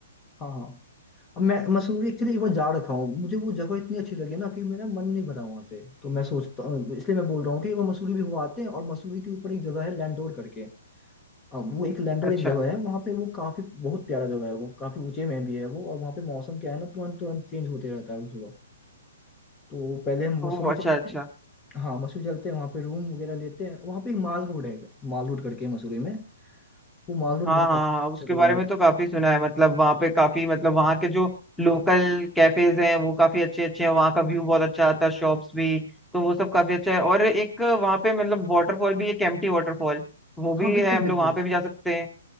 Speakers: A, on the left (about 20°); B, in the centre.
A: हाँ हाँ अब मैं मसूरी एक्चुअली एक बार जा रखा हूँ मुझे वो जगह इतनी अच्छी लगी ना कि मेरा मन नहीं भरा वहाँ से तो मैं सोचता हूँ इसलिए मैं बोल रहा हूँ कि एक बार मसूरी भी हुआ आते हैं और मसूरी के ऊपर एक जगह है लैंडोर करके अब वो एक लैंडोर
B: अच्छा
A: एक जगह है वहाँ पे वो काफी बहुत प्यारा जगह है वो काफी ऊंचे में भी है वो और वहाँ पे मौसम क्या है ना तुरंत तुरंत चेंज होते रहता है उस जगह तो पहले हम
B: ओ
A: मसूरी
B: अच्छा
A: चलते
B: अच्छा
A: हैं हाँ मसूरी चलते हैं वहाँ पे रूम वगैरह लेते हैं वहाँ पे एक माल रोड है माल रोड करके है मसूरी में वो माल रोड
B: हाँ
A: बहुत
B: हाँ
A: काफी
B: हाँ उसके
A: अच्छा
B: बारे
A: जगह है
B: में तो काफी सुना है मतलब वहाँ पे काफी मतलब वहाँ के जो लोकल कैफेज हैं वो काफी अच्छे अच्छे हैं वहाँ का व्यू बहुत अच्छा आता है शॉप्स भी तो वो सब काफी अच्छा है और एक वहाँ पे मतलब वाटरफॉल भी एक एम्प्टी वाटरफॉल वो भी
A: हाँ बिल्कुल
B: है हम
A: बिल्कुल
B: लोग वहाँ पे भी जा सकते हैं